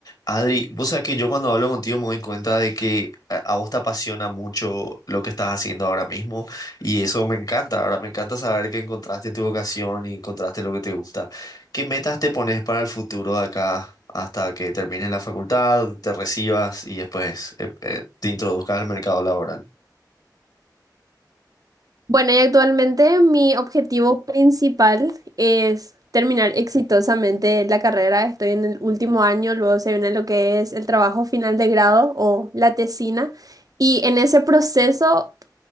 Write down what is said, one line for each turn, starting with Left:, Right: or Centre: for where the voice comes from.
Left: Adri, vos sabés que yo cuando hablo contigo me doy cuenta de que a a vos te apasiona mucho lo que estás haciendo ahora mismo y eso me encanta. Ahora me encanta saber que encontraste tu vocación y encontraste lo que te gusta. ¿Qué metas te pones para el futuro de acá hasta que termines la facultad, te recibas y después eh, eh, te introduzcas al mercado laboral?
Right: Bueno, y actualmente mi objetivo principal es terminar exitosamente la carrera. Estoy en el último año, luego se viene lo que es el trabajo final de grado o la tesina. Y en ese proceso